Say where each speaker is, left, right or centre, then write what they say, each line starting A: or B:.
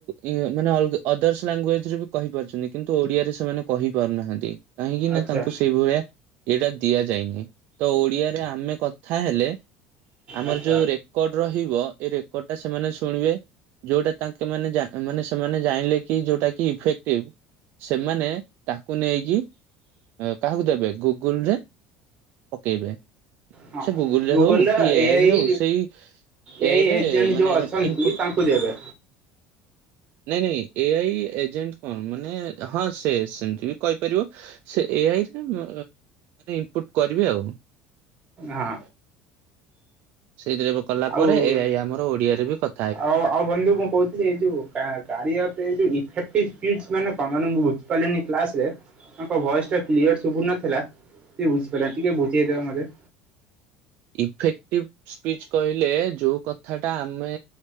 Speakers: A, on the right; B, on the right.
A: ଇଁ, ମାନେ ଅଲଗ- ଅଦର୍ସ ଲାଙ୍ଗୁଏଜ୍ ରେ ବି କହିପାରୁଛନ୍ତିହ କିନ୍ତୁ ଓଡିଆରେ ସେମାନେ କହିପାରୁନାହାନ୍ତି। କାହିଁକି
B: ଆଚ୍ଛା
A: ନା ତାଙ୍କୁ ସେଇଭଳିଆ ଏଇଟା ଦିଆଯାଇନିହିଁ। ତ ଓଡିଆରେ ଆମେ କ ଥା ହେଲେ ଆମର
B: ଆଚ୍ଛା
A: ଯୋଉ ରେକର୍ଡ ରହିବ ଏଇ ରେକର୍ଡ ଟା ସେମାନେ ଶୁଣିବେ। ଯୋଉଟା ତାଙ୍କେ ମାନେ ଜା-ମାନେ ସେମାନେ ଜାଣିଲେ କି ଯୋଉଟା କିି ଇଫେକ୍ଟିଭ୍, ସେମାନେ ତାକୁ ନେଇକି ଏଁ, କାହାକୁ ଦେବେ? ଗୁଗୁଲ୍ ରେ ପକେଇବେ।
B: ହଁ
A: ସେ ଗୁଗୁଲ୍ ରେ
B: ଗୁଗଲର
A: ହଉ, କି ଏଆଇ
B: ଏ ଆଇ
A: ହେଉ, ସେଇ
B: ଏ
A: ଏଆଇ
B: ଆଇ
A: ରେ
B: ଏଜେଣ୍ଟ
A: ମାନେ
B: ଯୋଉ ଅଛନ୍ତି
A: ଉଁ, ଇନପୁଟ୍
B: ତାଙ୍କୁ ଦେବେ
A: ନାଇଁ ନାଇଁ ଏଆଇ ଏଜେଣ୍ଟ କଣ, ମାନେ ହଁ ସେ ସେମିତି ବି କହିପାରିବ। ସେ ଏଆଇ ରେ ମ-ମାନେ ଇନପୁଟ୍ କରିବେ ଆଉ।
B: ହଁ।
A: ସେଇଥିରେ ଏବେ କଲା
B: ଆଉ
A: ପରେ ଏଆଇ ଆମର ଓଡିଆରେ ବି କ
B: ଆଉ ଆଉ ବନ୍ଧୁ ମୁଁ କହୁ <unintelligible> ମାନେ ମୁଁ ବୁଝି ପରିଲିନି କ୍ଲାସ ରେ। ତାଙ୍କ ଭଏସ ଟା କ୍ଲିୟର ସୁୁଭୁ ନଥିଲା ସେ ବୁଝିପାରିଲାନି। ଟିକେ ବୁଝେଇଦବ ମୋତେ।
A: ଇଫେକ୍ଟିଭ୍। ସ୍ପିଚ କହିଲେ, ଯୋଉ କଥା ଟା ଆମେ